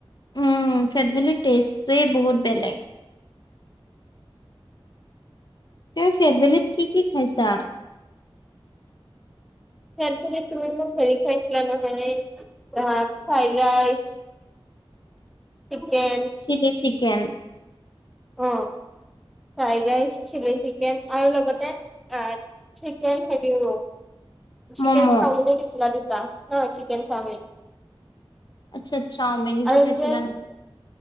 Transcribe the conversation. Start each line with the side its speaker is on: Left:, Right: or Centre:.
Left: উম ফেটভেলিৰ টেষ্টটোৱে বহুত বেলেগ। এ ফেটবেলিত কি-কি খাইছা?
Centre: ফেট বেলিত তুমি মোক হেৰি খুৱাইছিলা নহয় আহ, fried rice
Left: <inaudible>
Centre: chicken
Left: chilli chicken <inaudible>
Centre: অ' ফ্ৰাইড ৰাইচ, চিলি চিকেন আৰু লগতে অ' chicken heavy <unintelligible> chicken
Left: momo
Centre: chow mein দিছিলা দুটা নহয় চিকেন চাওমিন।
Left: আচ্ছা চাওমিনটো
Centre: আৰু
Left: খাইছিলা
Centre: যে
Left: নেকি?